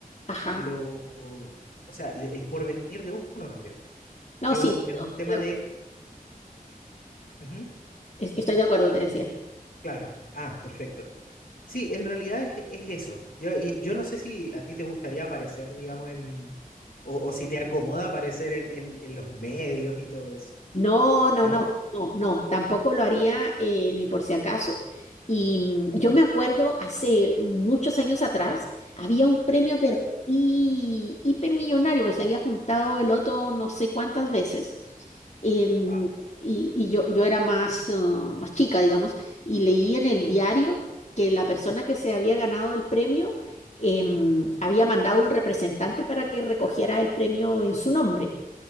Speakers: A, on the left (about 50°); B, on the left (about 80°).
A: ajá.
B: lo, o sea, el, el porvenir de uno también.
A: No,
B: Sí, es
A: sí,
B: un, es
A: estoy
B: un tema
A: de
B: de, ujú,
A: acu- estoy de acuerdo, te decía.
B: claro, ah, perfecto. Sí, en realidad es, es eso. Yo, y yo no sé si a ti te gustaría aparecer, digamos, en, o, o si te acomoda aparecer en, en, en los medios y todo eso,
A: No, no,
B: ¿no?
A: no, no, no, tampoco lo haría eh, ni por si acaso. Y mm, yo me acuerdo hace muchos años atrás, había un premio, pero hi- hipermillonario, porque se había juntado el otro no sé cuántas veces. em,
B: Wow.
A: y y yo, yo era más, ah, más chica, digamos, y leí en el diario que la persona que se había ganado el premio em, había mandado un representante para que recogiera el premio en su nombre.